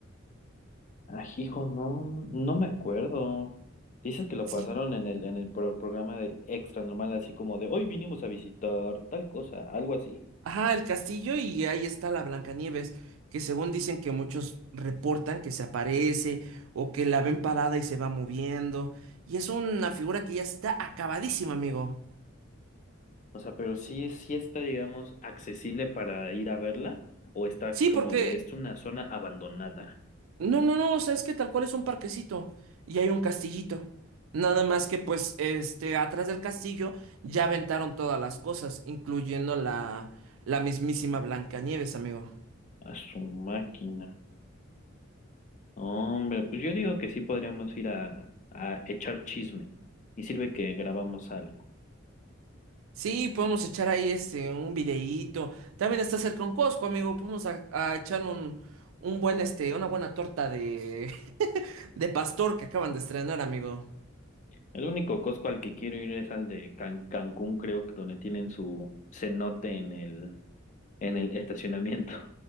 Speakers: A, on the left (about 35°); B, on the right (about 80°).
A: ah hijo, no, no me acuerdo. Dices que lo
B: Sí,
A: pasaron en el, en el pro- programa de Extra Normal, así como de hoy vinimos a visitar tal cosa, algo así.
B: Ajá, el castillo y ahí está la Blancanieves, que según dicen que muchos reportan que se aparece o que la ven parada y se va moviendo. Y es una figura que ya está acabadísima, amigo.
A: O sea, pero sí, sí está, digamos, accesible para ir a verla, o está
B: Sí,
A: así como
B: porque...
A: de es una zona abandonada.
B: No, no, no, o sea, es que tal cual es un parquecito y hay un castillito. Nada más que pues, este, atrás del castillo ya aventaron todas las cosas, incluyendo la, la mismísima Blancanieves, amigo.
A: A su máquina. No, Hombre, pues yo digo que sí podríamos ir a, a echar chisme. Y sirve que grabamos algo.
B: Sí, podemos echar ahí este un videíto. También está cerca un Costco, amigo. Podemos a, a echar un, un buen este, una buena torta de, <laughs> de pastor que acaban de estrenar, amigo.
A: El único Costco al que quiero ir es al de Can- Cancún, creo que donde tienen su cenote en el en el estacionamiento.